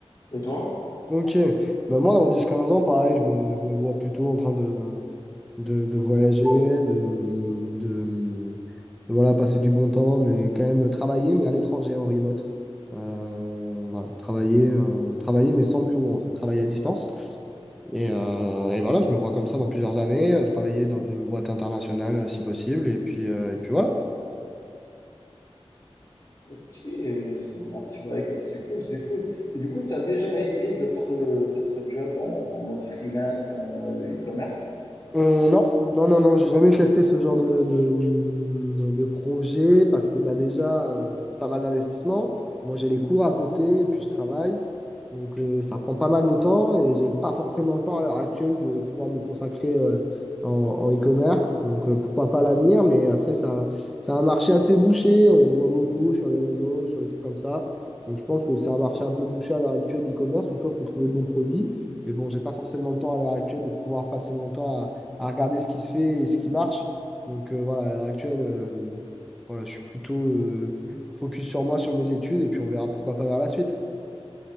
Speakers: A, on the left (about 50°); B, in the centre.
A: Et toi?
B: Ok, bah moi dans dix quinze ans, pareil, je me, je me vois plutôt en train de, de, de voyager, de, de, de, voilà, passer du bon temps, mais quand même travailler, mais à l'étranger, en remote. Euh, voilà, travailler, euh, travailler, mais sans bureau, en fait, travailler à distance. Et, euh, et voilà, je me vois comme ça dans plusieurs années, euh, travailler dans une boîte internationale euh, si possible, et puis, euh, et puis voilà.
A: Ok, ça marche. Bah, écoute, c'est cool, c'est cool. Et du coup, tu as déjà essayé d'autres d'autres jobs en, en mode freelance comme euh, le e-commerce?
B: Euh, non, non, non, non, j'ai jamais testé ce genre de, de, de projet parce que bah, déjà, euh, c'est pas mal d'investissement. Moi, j'ai les cours à côté et puis je travaille. Donc, euh, ça prend pas mal de temps et j'ai pas forcément le temps à l'heure actuelle de pouvoir me consacrer euh, en, en e-commerce. Donc, euh, pourquoi pas à l'avenir, mais après, ça, c'est un marché assez bouché. On voit beaucoup sur les réseaux, sur les trucs comme ça. Donc, je pense que c'est un marché un peu bouché à l'heure actuelle, l'e-commerce, ou soit il faut trouver le bon produit. Mais bon, j'ai pas forcément le temps à l'heure actuelle de pouvoir passer mon temps à regarder ce qui se fait et ce qui marche. Donc euh, voilà, à l'heure actuelle, euh, voilà, je suis plutôt euh, focus sur moi, sur mes études, et puis on verra pourquoi pas vers la suite.